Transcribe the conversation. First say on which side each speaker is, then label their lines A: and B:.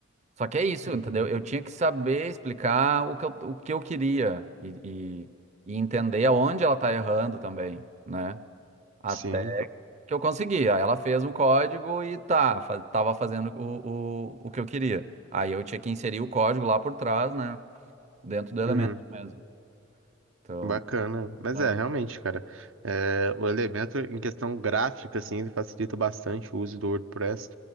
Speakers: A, on the right (about 35°); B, on the right (about 80°).
A: Só que é isso,
B: Uhum.
A: entendeu? Eu tinha que saber explicar o que eu, o que eu queria e, e- e entender aonde ela tá errando também, né? Até
B: Sim, pô.
A: que eu consegui. Aí ela fez um código e tá, fa tava fazendo o, o, o que eu queria. Aí eu tinha que inserir o código lá por trás, né? Dentro do elemento
B: Uhum.
A: mesmo. Então,
B: Bacana. Mas
A: é,
B: é, realmente, cara, é, o elemento em questão gráfica, assim, ele facilita bastante o uso do WordPress,